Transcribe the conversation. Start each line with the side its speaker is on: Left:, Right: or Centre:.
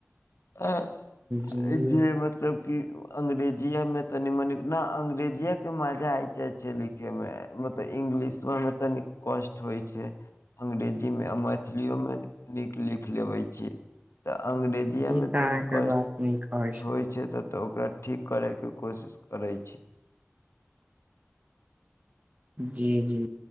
Left: अ-अ
Right: जी
Left: जे मतलब कि अंग्रेजीए मे तनी-मनि न अंग्रेजीेया के मजा आए जाय छै लि खे मे मतलब इंगलिशवा मे तनी कष्ट होइ छै, अंग्रेज जी मे मैथिलीयो में तनी नीक लिख लेबै छीयै त अंग्रेजी या में
Right: ई तऽ
Left: तनी
Right: अहाँके
Left: कष्ट
Right: बात नीक कहै
Left: होइ छै तऽ ओकरा ठीक करैके कोशिश करै छीयै।
Right: जी-जी